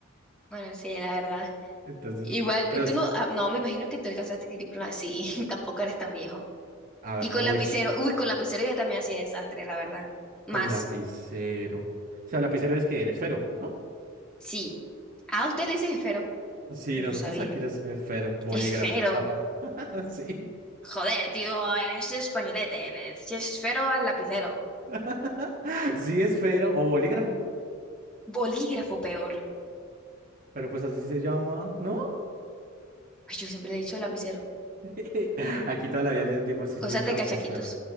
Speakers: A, in the centre; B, on the right.
A: Bueno, sí, la verdad.
B: Entonces,
A: Igual,
B: pero s-
A: tú no, ah, no, me imagino que tú alcanzaste a escribir con la- sí, <laughs> tampoco eres tan viejo.
B: a-
A: Y con
B: uy,
A: lapicero, uy, con lapicero yo también hacía desastre, la verdad. Más,
B: con lapicero. O sea, lapicero es que eres fero, ¿no?
A: sí. Ah, ¿usted le dicen esfero?
B: Sí,
A: No
B: nosotros
A: sabía.
B: aquí los eh, fero, bolígrafo.
A: Esfero.
B: ah, ah, <laughs> Sí.
A: Joder, tío, eres españolete, le dices esfero al lapicero.
B: <laughs> Sí, esfero o bolígrafo,
A: Bolígrafo peor.
B: pero pues así se llama, ¿no?
A: Ay, yo siempre le he dicho lapicero.
B: <laughs> Aquí toda la vida le dimos el
A: Cosas
B: dicho
A: de cachaquitos.
B: esfera,